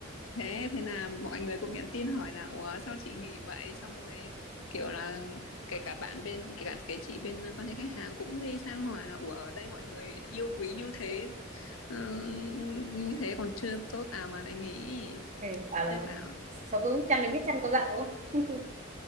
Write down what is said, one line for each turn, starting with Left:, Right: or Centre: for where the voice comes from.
Left: Thế thế là mọi người cũng nhắn tin hỏi là ủa sao chị nghỉ vậy? Xong rồi kiểu là kể cả bạn bên kể cả cái chị bên quan hệ khách hàng cũng đi sang hỏi là ủa ở đây mọi người yêu quý như thế Ờ, như thế còn chưa tốt à mà lại nghỉ
Right: Ừ, bảo là
Left: thế bảo
Right: sao cứ chăn đến biết chăn có dặn đúng không <laughs>